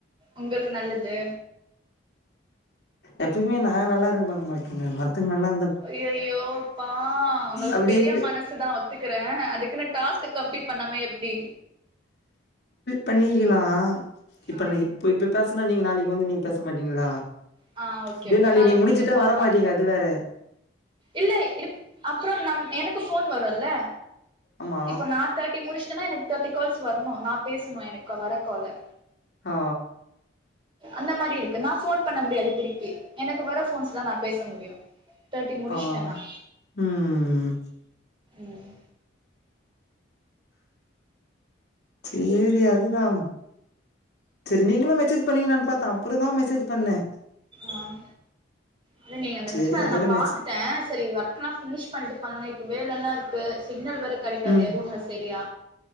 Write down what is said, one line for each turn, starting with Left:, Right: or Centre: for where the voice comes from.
Right: உங்களுக்கு நல்லது
Left: எப்பயுமே நா நல்லா இரு பாக் மாட்டங்க மத்தங்க நல்லாருந்
Right: ஐயோயோ யோபா உங்களுக்கு
Left: அப்டி
Right: பெரிய
Left: இருந்து
Right: மனசு தா ஒத்துக்குற அதுக்குன்னு டாஸ்கு கம்ப்ளீட் பண்ணாம எப்டி
Left: பண்ணிக்கிலா இப்பன
Right: ஆ
Left: இப்ப இப்போ பேசனா நீங்க நாளேக்கு வந்து நீங்க பேச மாட்டீங்களா
Right: ஆ ஓகே
Left: இதே
Right: ஓகே
Left: நாளேக்கி
Right: நாளைக்கு
Left: நீ முடிச்சிட்டா
Right: நீங்க ஃபோன்
Left: வரமாட்டீங்க
Right: பண்ணுங்க
Left: அது வேற
Right: இல்ல இருப் அப்றோ நம் எனக்கு ஃபோன் வருல்ல
Left: ஆமா
Right: இப்ப நா தேர்ட்டி முடிஷ்டனா எனக் தேட்டி கால்ஸ் வர்ணு நா பேசணு எனக்கு வர கால
Left: ஆ
Right: அந்த மாரி இருக் நா ஃபோன் பண்ண முடியாது திருப்பி எனக்கு வர ஃபோன்ஸ் தா நா பேச முடியு தேர்ட்டி முடிச்ட்டேன்னா
Left: ஆஹ் ம்
Right: ம்
Left: சேரி அதுதா செரி நீங்களா மெசேஜ் பண்ணிவீ நா பாத்த அப்புறதா மெசேஜ் பண்ணே
Right: ஆஹ் இல்ல நீங்க மெசேஜ்
Left: சேரி
Right: பண்ணது
Left: அதோட
Right: நா பாத்துட்டே
Left: மெசே
Right: செரி வெர்க்ல்லா ஃபினிஷ் பண்ணிட்டு பண்லா வேல ல்லா இருக்கு சிக்னல் வே கெடைகாது
Left: ம்
Right: ஏ ரூம்ல செரியா